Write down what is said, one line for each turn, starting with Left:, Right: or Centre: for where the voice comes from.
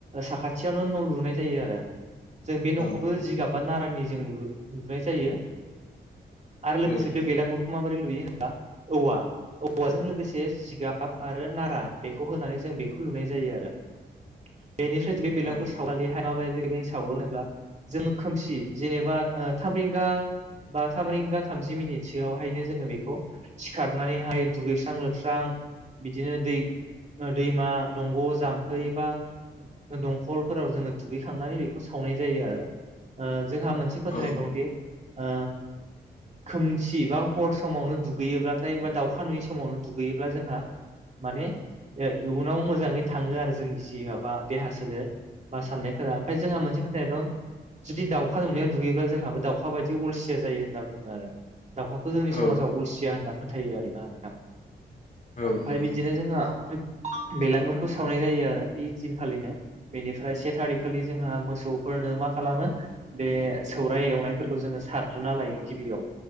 Right: साखाथियावनो न' लुनाय जायो आरो जों बे न'खौबो
Left: औ
Right: जिगाब बा नारानि जों लु लुनाय जायो आरो लोगोसे
Left: औ नोंथां
Right: बे बेलागुरखौ माबोरै लुयो औवा औवाजों लोगोसे जिगाब आरो नारा बेखौ होनानै जों बेखौ लुनाय जायो आरो । बेनिफ्राय जों बे बेलागुरखौ
Left: औ
Right: सावखालिहाय माबोरै सावो होन ब्ला जोङो खोमसि जेनेबा ओ थाम रिंगा बा थाम रिंगा थामजि मिनिटसोआवहायनो जोङो बेखौ सिखारनानैहाय दुगैस्रां-लोबस्रां बिदिनो दै दैमा दंग' जाम्फै बा दंखलफोराव जोङो दुगैखांनानै बेखौ सा वनाय जायो आरो ओ जोंहा मोनसे फोथायनाय
Left: औ
Right: दंदि ओ खोमसि बा हर समावनो दुगैयोब्लाथाय बा दाउखा नुयि समावनो दुगैयोब्ला जोंहा माने ओ इयुनाव मोजाङै थाङो आरो जोंनि जि माबा देहा सोलेर बा साननाय फोरा ओमफाय जोंहा मोनसे फोथायनाय दं जुदि दाव खा नुनायाव दुगैब्ला जोंहाबो दाउखा बायदि अलसिया जायो होनना बुङो आरो । दाउखाखौ जोंनि
Left: औ
Right: समाजाव अलसिया होनना फोथायो आरोना नोंथां । ओमफाय
Left: नोंथां
Right: बिदिनो जोंहा उम बेलांगुरफोरखौ सावनाय जायो आरो बि दिनखालिनो बेनिफ्राय से थारिकखालि जोंहा मोसौ फोरनो मा खालामो बे सौराय एवनायफोरखौ जोङो सारग्रोना लायो गिबियाव